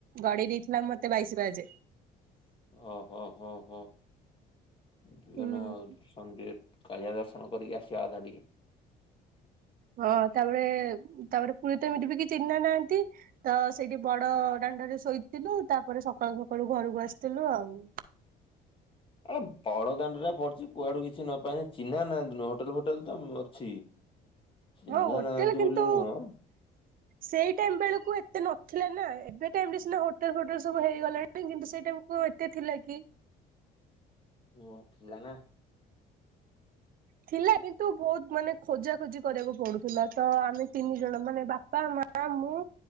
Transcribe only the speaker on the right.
ଗଡେଇ ଦେଇଥିଲା ମତେ ବାଇସି ପାହାଚେ।
ହୁଁ
ହଁ ତାପରେ ତାପରେ ପୁରୀ ତ ଏମିତି ବି କେଇ ଚିହ୍ନା ନାହାନ୍ତି। ତ ସେଇଠି ବଡ ଡାଣ୍ଡ ରେ ଶୋଇଥିଲୁ, ତାପରେ ସକାଳୁ ସକାଳୁ ଘରକୁ ଆସିଥିଲୁ ଆଉ।
ହଁ ହୋଟେଲ
କିନ୍ତୁ
ସେଇ ଟାଇମ ବେଳକୁ ଏତେ ନଥିଲା ନା ଏବେ ଟାଇମରେ ସିନା ହୋଟେଲ ଫୋଟେଲ ସବୁ ହେଇଗଲା ନି କିନ୍ତୁ ସେଇଟା କୁ କଣ ଏତେ ଥିଲା କି।
ଥିଲା କିନ୍ତୁ ବହୁତ ମାନେ ଖୋଜା ଖୋଜି କରିବାକୁ ପଡୁଥିଲା ତ ଆମେ ତିନି ଜଣ ମାନେ ବାପା, ମା, ମୁଁ